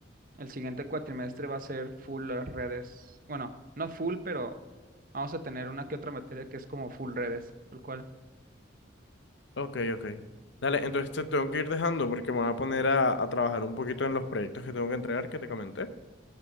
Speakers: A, on the right; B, on the left.
A: El siguiente cuatrimestre va a ser full las redes. Bueno, no full, pero vamos a tener una que otra materia que es como full redes, tal cual.
B: Ok, ok. Dale, entonces te tengo que ir dejando porque me voy a poner a, a trabajar un poquito en los proyectos que tengo que entregar que te comenté.